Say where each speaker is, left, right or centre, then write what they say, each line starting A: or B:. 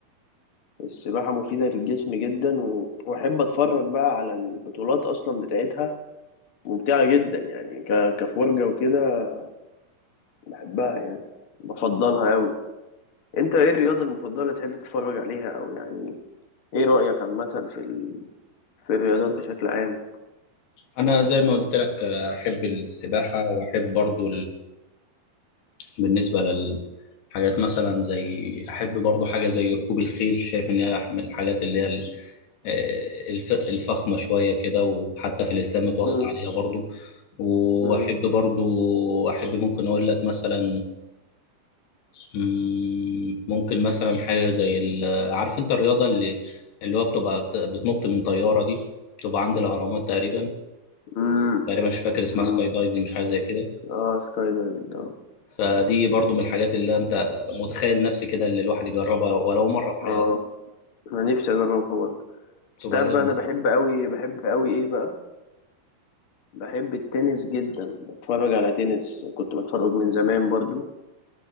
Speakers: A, on the left; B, on the left.
A: السباحه مفيده للجسم جدا و- واحب اتفرج بقى على البطولات اصلا بتاعتها ممتعه جدا يعني ك... كفرجه وكده بحبها يعني بفضلها قوي انت ايه الرياضه المفضله اللي تحب تتفرج عليها او يعني ايه رايك عامه في ال... في الرياضات بشكل عام
B: انا زي ما قلت لك آه، احب السباحة واحب برضه بالنسبة للحاجات مثلا زي أحب برضو حاجة زي ركوب الخيل شايف إن هي من الحاجات اللي هي ال- آه، الف- الفخمة شوية كده وحتى في الإسلام متوصى
A: مم.
B: عليها برضو وأحب
A: مم.
B: برضو أحب ممكن أقول لك مثلا مم، ممكن مثلا حاجة زي ال- عارف أنت الرياضة اللي اللي هو بتبقى بت- بتنط من طيارة دي بتبقى عند الأهرامات تقريبا
A: مم.
B: تقريبا مش فاكر اسمها
A: مم.
B: سكاي دايفنج حاجة زي كده
A: اه سكاي دايفنج اه
B: فدي برضو من الحاجات اللي انت متخيل نفسي كده اللي الواحد يجربها ولو مرة في حياته
A: اه انا نفسي اجربها برضه بس
B: تبقى
A: تعرف
B: جامدة
A: بقى انا بحب قوي بحب قوي ايه بقى بحب التنس جدا بتفرج على تنس كنت بتفرج من زمان برضو